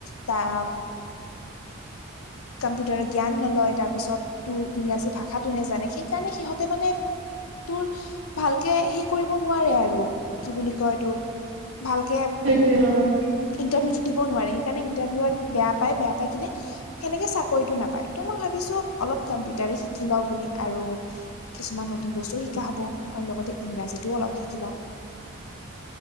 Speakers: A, on the left; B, on the right.
A: বা-
B: <inaudible>
A: কম্পিউটাৰত জ্ঞান নলয় তাৰপিছত- তোৰ ইংৰাজী ভাষাটো নেজানে সেইকাৰণে সিহঁতে মানে- তোৰ ভালকে হেৰি কৰিব নোৱাৰে আৰু কি বুলি কয় এইটো- ভালকে
B: সেইটোৱে অঁ',।
A: ইণ্টাৰভিউটো দিব নোৱাৰে, সেইকাৰণে ইণ্টাৰভিউত বেয়া পাই, বেয়া পাই কিনে- সেনেকে চাকৰিতটো নাপায়। ত' মই ভাবিছো অলপ কম্পিউটাৰে শিকি লওঁ বুলি আৰু- কিছুমান নতুন বস্তুও শিকা হ'ব আৰু লগতে ইংৰাজীতো অলপ শিকি লওঁ।